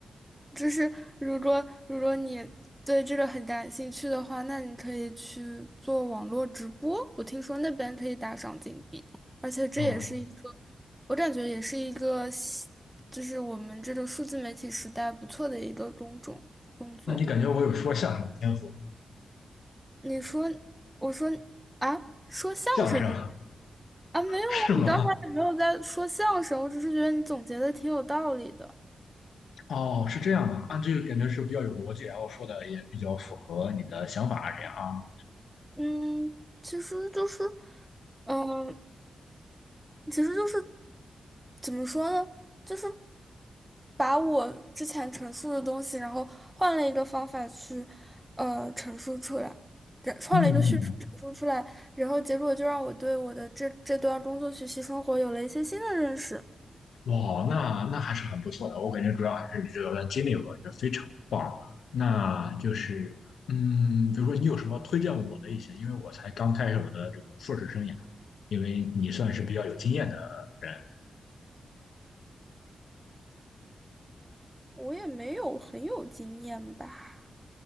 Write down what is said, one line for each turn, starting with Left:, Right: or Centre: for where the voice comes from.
Centre: 就是如果如果你对这个很感兴趣的话，那你可以去做网络直播。我听说那边可以打赏金币，而且这也是一个，
Left: 啊，
Centre: 我感觉也是一个新就是我们这个数字媒体时代不错的一个工种工作。
Left: 那你感觉我有说相声的天赋？
Centre: 你说，我说啊，说相声的
Left: 相声
Centre: 啊，没有啊，
Left: 是吗？
Centre: 你刚才也没有在说相声，我只是觉得你总结的挺有道理的。
Left: 哦，是这样的，那这个感觉是比较有逻辑，然后说的也比较符合你的想法，这样啊。
Centre: 嗯，其实就是，嗯。其实就是怎么说呢，就是把我之前陈述的东西，然后换了一个方法去呃陈述出来，然换了一个叙述陈述出来，
Left: 嗯，
Centre: 然后结果就让我对我的这这段工作学习生活有了一些新的认识。
Left: 哇，那那还是很不错的，我感觉主要还是你这段经历，我感觉非常棒。那就是，嗯，比如说你有什么推荐我的一些，因为我才刚开始我的这个硕士生涯，因为你算是比较有经验的人
Centre: 我也没有很有经验吧？